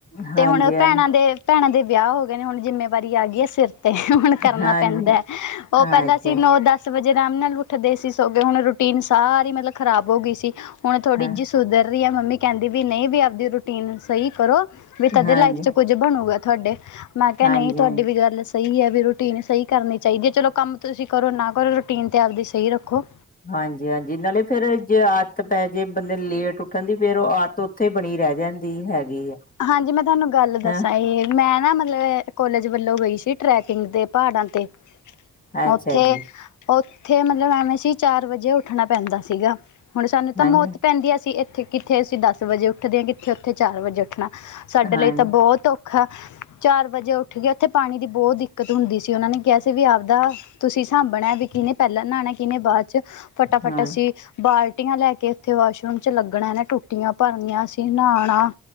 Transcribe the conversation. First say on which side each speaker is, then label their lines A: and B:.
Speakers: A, on the left; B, on the left.
A: ਹਾਂਜੀ,
B: ਤੇ ਹੁਣ ਭੈਣਾਂ ਦੇ ਭੈਣਾਂ ਦੇ ਵਿਆਹ ਹੋ ਗਏ ਨੇ ਹੁਣ ਜਿੰਮੇਵਾਰੀ ਆ ਗਈ ਹੈ ਸਿਰ ਤੇ ਹੁਣ ਕਰਨਾ
A: ਹਾਂਜੀ
B: ਪੈਂਦਾ ਉਹ ਪਹਿਲਾਂ
A: ਅੱਛਾ
B: ਸੀ ਨੌ ਦਸ ਵਜੇ ਅਰਾਮ ਨਾਲ ਉੱਠਦੇ ਸੀ। ਸੌ ਕੇ ਹੁਣ ਰੂਟੀਨ ਸਾਰੀ ਮਤਲਬ ਖਰਾਬ ਹੋ ਗਈ ਸੀ ਹੁਣ ਤੁਹਾਡੀ
A: ਹਾਂ,
B: ਜਿਸ ਸੁਧਰ ਰਹੀ ਹੈ ਮੰਮੀ ਕਹਿੰਦੀ ਵੀ ਨਹੀਂ ਵੀ ਆਪਦੀ ਰੂਟੀਨ ਸਹੀ ਕਰੋ ਵੀ ਤਦੇ
A: ਹਾਂਜੀ,
B: ਲਾਈਫ ਚ ਕੁਝ ਬਣੂਗਾ ਤੁਹਾਡੇ ਮੈਂ ਕਿਹਾ
A: ਹਾਂਜੀ।
B: ਨਹੀਂ ਤੁਹਾਡੀ ਵੀ ਗੱਲ ਸਹੀ ਹੈ ਵੀ ਰੂਟੀਨ ਸਹੀ ਕਰਨੀ ਚਾਹੀਦੀ ਹੈ ਚਲੋ ਕੰਮ ਤੁਸੀਂ ਕਰੋ ਨਾ ਕਰੋ ਰੂਟੀਨ ਤਾਂ ਆਪਦੀ ਸਹੀ ਰੱਖੋ।
A: ਹਾਂਜੀ ਹਾਂਜੀ ਨਾਲੇ ਫੇਰ ਜੇ ਆ ਦਤ ਪੈ ਜੇ ਬੰਦੇ ਲੇਟ ਉੱਠਣ ਦੀ ਫੇਰ ਉਹ ਆਦਤ ਉੱਥੇ ਬਣੀ ਰਹਿ ਜਾਂਦੀ। ਦੀ ਹੈਗੀ
B: ਹਾਂਜੀ ਮੈਂ ਤੁਹਾਨੂੰ ਗੱਲ ਦੱਸਾਂ
A: ਹੈ।
B: ਇਹ ਮੈਂ ਨਾ ਮਤਲਬ ਕੋਲੇਜ ਵੱਲੋਂ ਗਈ ਸੀ ਟਰੈਕਿੰਗ ਤੇ ਪਹਾੜਾਂ ਤੇ
A: ਅੱਛਾ
B: ਉੱਥੇ
A: ਜੀ,
B: ਉੱਥੇ ਮਤਲਬ ਐਵੇਂ ਸੀ ਚਾਰ ਵਜੇ ਉੱਠਣਾ ਪੈਂਦਾ ਸੀਗਾ ਹੁਣ ਸਾਨੂੰ ਤਾਂ
A: ਹਾਂਜੀ,
B: ਮੌਤ ਪੈਂਦੀ ਅਸੀ ਇੱਥੇ ਕਿੱਥੇ ਅਸੀ ਦਸ ਵਜੇ ਉੱਠਦੇ ਹਾਂ ਕਿੱਥੇ ਉੱਥੇ ਚਾਰ ਵਜੇ ਉਠ ਸਾਡੇ
A: ਹਾਂਜੀ,
B: ਲਈ ਤਾਂ ਬਹੁਤ ਔਖਾ। ਚਾਰ ਵਜੇ ਉੱਠ ਕੇ ਉੱਥੇ ਪਾਣੀ ਦੀ ਬਹੁਤ ਦਿੱਕਤ ਹੁੰਦੀ ਸੀ ਉਹਨਾਂ ਨੇ ਕਿਹਾ ਸੀ ਵੀ ਆਪਦਾ ਤੁਸੀਂ ਸਾਂਭਣਾ ਵੀ ਕਿਨੇ ਪਹਿਲਾਂ ਨਹਾਉਣਾ ਕਿਹਨੇ ਬਾਅਦ ਚ ਫਟਾਫਟ
A: ਹਾਂ
B: ਅਸੀਂ ਬਾਲ ਟੀਆ ਲੈ ਕੇ ਇੱਥੇ ਵਾਸ਼ਰੂਮ ਚ ਲੱਗਣਾ ਇਹ ਨੇ ਟੂਟੀਆਂ ਭਰਨੀਆਂ ਅਸੀਂ ਨਹਾਉਣਾ